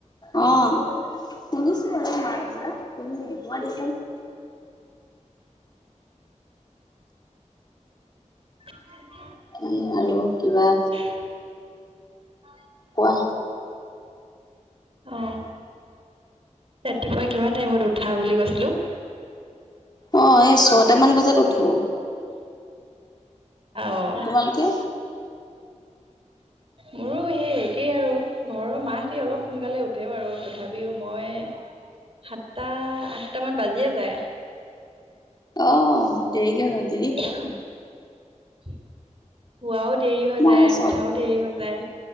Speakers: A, on the left (about 35°); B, on the right (about 50°).
A: অহ। শুনিছো বাৰু মাতবিলাক তুমি তোমাৰ
B: <unintelligible>
A: উম আৰু কিবা
B: <unintelligible>
A: কোৱা।
B: অ', ৰাতিপুৱা কিমান টাইমত উঠা বুলি কৈছিলো।
A: অ', এই ছয়টামান বজাত উঠো।
B: আঅ
A: তোমালোকে
B: মোৰো সেই একেই আৰু, ঘৰৰ মাহেতি অলপ সোনকালে উঠে বাৰু, তথাপিও মই সাতটা, আঠটামান বাজিয়ে যায়।
A: অ', দেৰিকে হ'ল।
B: শোৱাও দেৰি হৈ
A: মই
B: যায়,
A: এই ছয়
B: উঠাও দেৰি হৈ যায়।